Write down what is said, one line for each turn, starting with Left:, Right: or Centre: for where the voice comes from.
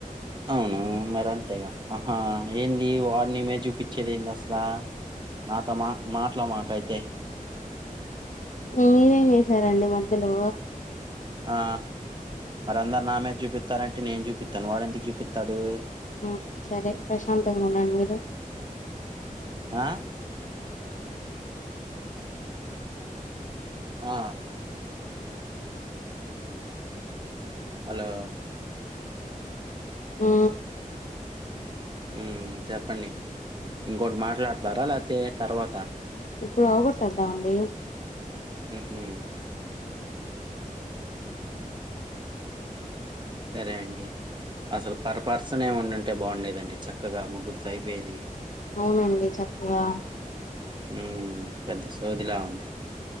Right: అవును మరి అంతేగా ఆహా ఏంది వాడు నీమీద చూపించేది ఏంది అస్ ల నాతో మా మాట్లామాక్ అయితె
Left: మీరేం చేసారండి మధ్యలో
Right: ఆ మరి అందరు నా మీద జూపిత్తారెంటి నేను జుపిత్తాను వాడెందుకు జూపిత్తాడు.
Left: ఉ సరే ప్రశాంతంగా ఉండండి మీరు
Right: ఆ ఆ హలో
Left: ఉ
Right: ఉ చెప్పండి. ఇంకోటి మాట్లాడతారా లేతే తర్వాత
Left: ఇప్పుడు అవకొట్టేద్దాం అండి.
Right: హుహు సరే అండి అసలు పర్ పర్సన్ నే ఉండుంటే బాగుండేదండి. చక్కగా ముగ్గురుతో అయిపోయేది.
Left: అవునండి చక్కగా
Right: హుం పెద్ద సోదిలా ఉంది.